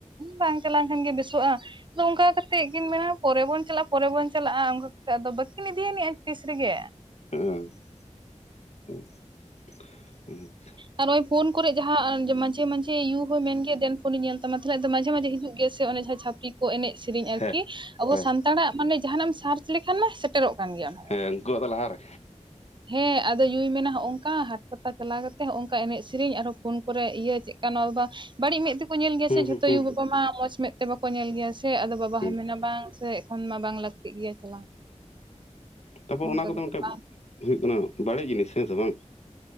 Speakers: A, on the right; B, on the left.
A: ᱵᱟᱝ ᱪᱟᱞᱟᱣ ᱞᱮᱱ ᱠᱷᱟᱱ ᱜᱮ ᱵᱮᱹᱥᱚᱜᱼᱟ᱾ ᱟᱫᱚ ᱚᱝᱠᱟ ᱠᱟᱛᱮᱜ ᱠᱤᱱ ᱢᱮᱱᱟ ᱯᱚᱨᱮ ᱵᱚᱱ ᱪᱟᱞᱟᱜᱼᱟ ᱯᱚᱨᱮ ᱵᱚᱱ ᱪᱟᱞᱟᱜᱼᱟ ᱚᱝᱠᱟ ᱠᱟᱛᱮ ᱟᱫᱚ ᱵᱟᱹᱠᱤᱱ ᱤᱫᱤ ᱟᱹᱱᱤᱡ -ᱟ ᱛᱤᱥ ᱨᱮᱜᱮ ᱾
B: <unintelligible> ᱟ-ᱚᱜ-ᱢ -ᱪᱚᱜ-ᱩᱜ ᱾
A: ᱟᱨ ᱱᱚᱜ ᱚᱚᱭ ᱯᱷᱳᱱ ᱠᱚᱨᱮ ᱡᱟᱦᱟᱸ ᱢᱟᱡᱷᱮ- ᱢᱟᱡᱷᱮ ᱤᱭᱩᱵᱽ ᱢᱮᱱ ᱠᱮ ᱰᱮᱱᱥ ᱠᱚᱞᱤ ᱧᱮᱞ ᱛᱟᱢᱟ ᱛᱷᱟᱞᱮ ᱟᱫᱚ ᱢᱟᱡᱷᱮ ᱢᱟᱡᱷᱮ ᱦᱤᱡᱩᱜ ᱤᱭᱟ. ᱥᱮᱜ ᱚᱱᱮ ᱡᱟᱦᱟᱸ ᱪᱷᱟᱯᱨᱤ ᱠᱚ ᱮᱱᱮᱡ ᱥᱮᱹᱨᱮᱹᱧ ᱟᱨᱠᱤ
B: ᱦᱮᱸ
A: ᱟᱵᱚ
B: ᱦᱮᱸ
A: ᱥᱟᱱᱛᱟᱲᱟᱜ ᱢᱟᱱᱮ ᱡᱟᱦᱟᱱᱟᱜ ᱮᱢ ᱥᱟᱨᱪ ᱞᱮᱠᱷᱟᱱ ᱢᱟ ᱥᱮᱴ ᱴᱮᱨᱚᱜ ᱠᱟᱱ ᱜᱮᱭᱟ ᱚᱱᱟ
B: ᱦᱮᱸ
A: ᱠᱚᱸ-ᱚ ᱾
B: ᱩᱱᱠᱩᱣᱟᱜ ᱫᱚ ᱞᱟᱦᱟᱨᱮ
A: ᱦᱮᱸ, ᱟᱫᱚ ᱭᱩᱭ ᱢᱮᱱᱟ ᱦᱚᱜ ᱝᱠᱟ ᱦᱟᱴ ᱯᱟᱛᱟ ᱪᱟᱞᱟᱣ ᱠᱟᱛ ᱛᱮ ᱦᱚᱜ ᱚᱝᱠᱟ ᱮᱱᱮᱡ ᱥᱮᱹᱨᱮ ᱧ ᱟᱨᱦᱚ ᱯᱷᱳᱱ ᱠᱚᱨᱮ ᱤᱭᱟᱹ ᱪᱮᱜ ᱠᱟ ᱱᱚᱨᱵᱟ ᱥ-ᱮᱸ-ᱜ ᱵᱟᱹᱲᱤᱡ ᱢᱮᱫ ᱛᱮᱠᱚ ᱧᱮᱞ ᱜᱮᱭᱟ
B: ᱦᱩᱸ
A: ᱥᱮ ᱡᱷᱚᱛᱚ
B: ᱦᱩᱸ ᱦᱩᱸ
A: ᱭᱩ ᱵᱟᱵᱟ ᱢᱟ ᱢᱚᱡᱽ ᱢᱮᱫ ᱛᱮ ᱵᱟᱠ ᱠᱚ ᱧᱮᱞ ᱜᱮᱭᱟ ᱥᱮ ᱟᱫᱚ ᱵᱟᱵᱟ
B: ᱦᱩᱸ
A: ᱦᱚᱸᱭ ᱢᱮᱱᱟ ᱵᱟᱝ ᱥᱮ ᱮᱠᱷᱚᱱ ᱢᱟ ᱵᱟᱝ ᱞᱟᱠᱛᱤᱜ ᱜᱮᱭᱟ ᱪᱟᱞᱟᱣ᱾
B: ᱛᱟᱯᱚᱨ
A: ᱚᱝᱠᱟ
B: ᱚᱱᱟ ᱠᱚᱫᱚ
A: ᱠᱟᱛᱮ
B: ᱢᱤᱫᱴᱮᱡ
A: ᱵᱟᱝ
B: ᱦᱩᱭᱩᱜ ᱠᱟᱱᱟ ᱵᱟᱲᱤᱡ ᱡᱤᱱᱤᱥ ᱦᱮᱸᱥᱮ, ᱵᱟᱝ?